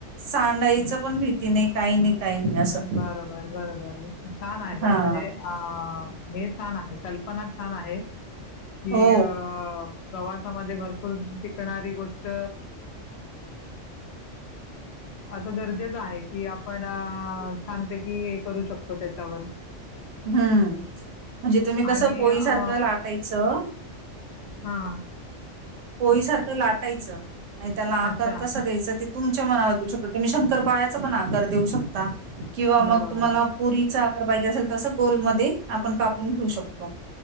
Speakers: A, on the right; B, on the left.
A: सांडाईचं पण भीती नाही काही नाही काही नाही असं
B: बरोबर बरोबर छान आहे
A: हा
B: पण म्हणजे अ हे छान आहे कल्पना छान आहे कि
A: हो
B: अ प्रवासामध्ये भरपूर श करणारी गोष्ट असं गरजेचं आहे कि आपण छानते की करू शकतो त्याच्यावर
A: हम्म म्हणजे तुम्ही कसं
B: आणि
A: पोळीसारखं
B: अ,
A: लाटायचं
B: हा
A: पोळीसारखं लाटायचं आणि त्याला
B: अच्छा.
A: आकार कसं द्यायचं त तुमच्या मनावर देऊ शकताो तुम्ही शंकर पाळयाचा पण आकार देऊ शकता किंवा मग
B: बरोबर,
A: तुम्हाला पुरीचा आकार पाहिजे असेल तसं गोलमध्येध्ये आपण कापून घेऊ शकतो